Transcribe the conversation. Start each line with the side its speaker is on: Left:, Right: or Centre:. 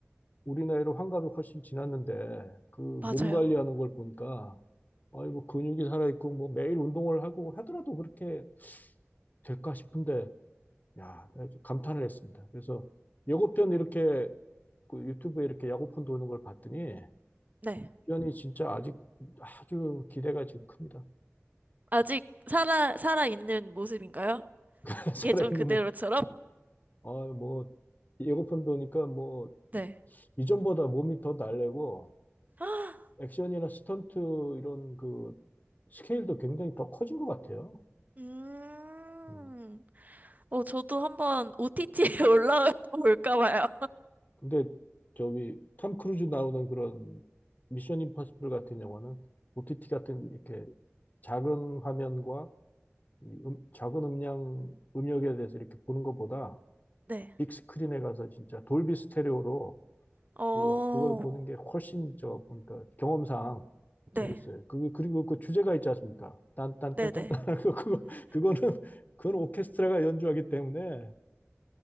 Left: 우리 나이로 환갑이 훨씬 지났는데 그 몸
Right: 맞아요.
Left: 관리하는 걸 보니까 아이고 근육이 살아 있고 뭐 매일 운동을 하고 하더라도 그렇게 될까 싶은데 야, 감탄을 했습니다. 그래서 예고편 이렇게 그 유튜브에 이렇게 야구편 도는 걸 봤더니
Right: 네.
Left: 연이 진짜 아직 아주 기대가 지금 큽니다.
Right: 아직 살아, 살아있는 모습인가요?
Left: <laughs> 살아있는
Right: 예전 그대로처럼?
Left: 뭐, 아, 뭐 예고편 보니까 뭐
Right: 네.
Left: 이전보다 몸이 더 날래고
Right: <gasps>
Left: 액션이나 스턴트 이런 그 스케일도 굉장히 더 커진 것 같아요.
Right: 음,
Left: 음.
Right: 어, 저도 한번 OTT에 <laughs> 올라올까 봐요.
Left: 근데 저기 탐 크루즈 나오는 그런 미션 임파서블 같은 영화는 OTT 같은 이렇게 작은 화면과 이 음, 작은 음량 음역에 대해서 이렇게 보는 것보다
Right: 네.
Left: 빅 스크린에 가서 진짜 돌비 스테레오로
Right: 어,
Left: 그 그걸 보는 게 훨씬 저 보니까 경험상 재밌어요.
Right: 네.
Left: 그 그리고 그 주제가 있지 않습니까? 딴딴딴딴딴
Right: 네네.
Left: <laughs> 그거 그거는 그건 오케스트라가 연주하기 때문에